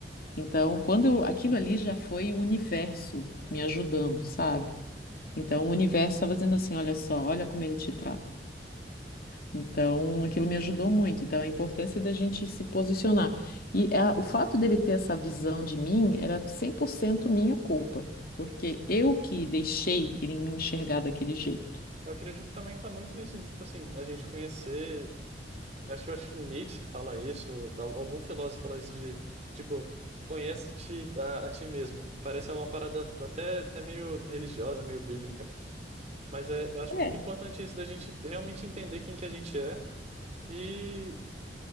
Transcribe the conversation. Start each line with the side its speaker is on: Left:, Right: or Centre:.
Right: Uhum.
Left: Então, quando eu- aquilo ali já foi o universo me ajudando, sabe? Então, o universo estava dizendo assim: olha só, olha como ele te trata. Então, aquilo me ajudou muito. Então, a importância da gente se posicionar. E a- o fato dele ter essa visão de mim era 100% minha culpa, porque eu que deixei ele me enxergar daquele jeito.
Right: Eu acredito que também tá muito nisso, de, tipo assim, a gente conhecer. Acho que eu acho que Nietzsche fala isso, al- algum filósofo fala isso de, tipo, conhece-te a, a ti mesmo. Parece uma parada até, até meio religiosa, meio bíblica. Mas é, eu acho
Left: É.
Right: muito importante isso da gente realmente entender quem que a gente é e,